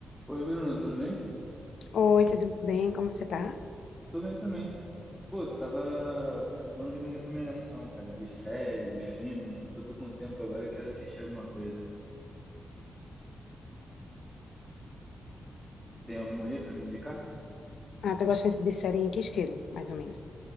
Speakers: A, in the centre; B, on the left (about 80°).
A: Oi, Bruno, tudo bem?
B: Oi, tudo bem? Como você tá?
A: Tô bem também. Pô, tava precisando de uma recomendação, cara, de série, de filme, que eu tô com tempo agora, eu quero assistir alguma coisa. Tem alguma aí pra me indicar?
B: Ah, tu gosta de série em que estilo, mais ou menos?